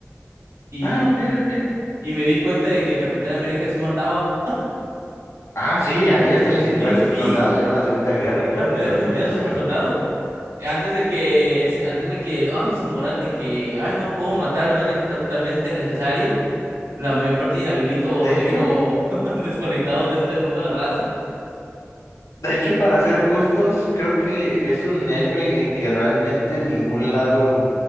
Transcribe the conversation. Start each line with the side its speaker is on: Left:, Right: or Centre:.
Right: y,
Left: Ah, ok, ok.
Right: y me di cuenta de que el Capitán América sí mataba.
Left: Ah, sí, a diestra y si- pues,
Right: Sí, sí,
Left: un soldado, era la Segunda Guerra, claro
Right: la Segunda
Left: que
Right: Guerra
Left: sí,
Right: Mundial,
Left: o sea.
Right: el super soldado. Antes de que, antes de que, ay, su moral de que, ay, no puedo matar a menos de que sea totalmente necesario. La mayor parte de inhabilito os
Left: De hecho,
Right: dejo <laughs> desconectados de este mundo la raza.
Left: de hecho, para ser justos, creo que es un héroe en que realmente en ningún lado